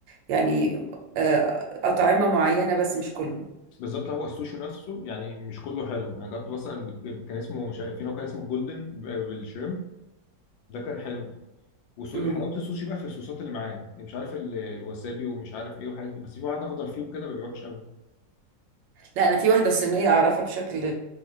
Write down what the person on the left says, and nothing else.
بالظبط هو السوشي نفسه يعني مش كله حلو انا جربت مثلا بج- كان اسمه مش عارف- في نوع كان اسمه الجولدن ب- بالشريمب ده كان حلو وحلاوه
السوشي بقى في الصوصات اللي معاه مش عارف ال- الوسابي ومش عارف ايه وحاجه بس في واحد اخضر فيه وكده بيبقى وحش قوي